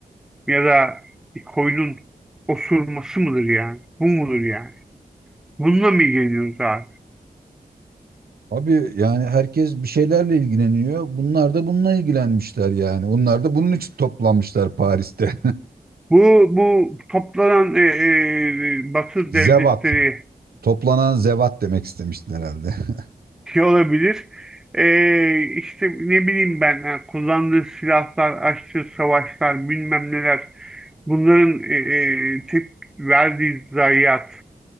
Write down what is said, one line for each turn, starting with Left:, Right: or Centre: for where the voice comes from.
Centre: ya da bir koyunun osurması mıdır yani? Bu mudur yani? Bununla mı ilgileniyoruz abi?
Right: Abi yani herkes bir şeylerle ilgileniyor. Bunlar da bununla ilgilenmişler yani. Onlar da bunun için toplanmışlar Paris'te.
Centre: Bu, bu toplanan e, e, Batı
Right: <laughs> Zevat.
Centre: devletleri
Right: Toplanan zevat demek istemiştin herhalde. <laughs>
Centre: şey olabilir. E, işte ne bileyim ben ha, kullandığı silahlar, açtığı savaşlar bilmem neler bunların e, e, tek verdiği zayiat